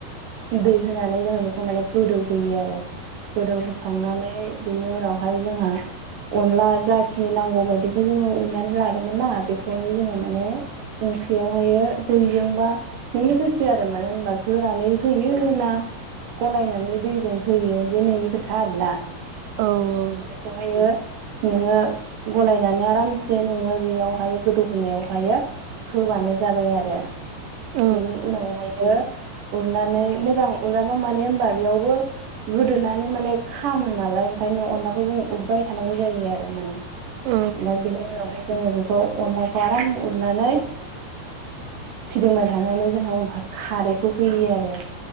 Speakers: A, on the right (about 65°); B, on the right (about 80°).
A: दै होनानै जोङो बेखौ माने गोदौ होयो आरो गोदौहोखांनानै नै बिनि उनावहाय जोंहा अनला जाखिनि नांगौ बायदिखौ जोङो उनानै लादोंमोन ना बेखौहाय जोङो माने ओंख्रियावहायो दैजोंबा नोंनो गोसो आरो मानो होनबा गोरानै होयो ना गलायनानै दैजों होयो बे नोंनि खोथा आरोना।
B: औ औ।
A: बेखौहायो नोङो गलायनानै आरामसे नोङो बेयावहाय गोदौहोनायावहायो होबानो जाबाय आरो।
B: औ
A: बेनि उनावहायो उरनानै मोजां उरामा मानो होनबा बेयावबो गोदोनानै माने खामो नालाय ओंखायनो अनलाखौ जों उदबाय थानांगौ जायो आरो माने। ओमफ्राय
B: औ
A: बिनि उनावहाय जोङो बेखौ अनलाखौ आराम उरनानै फिदिंबाय थानानै जोंहा उनावहाय खारैखौ होयो आरो।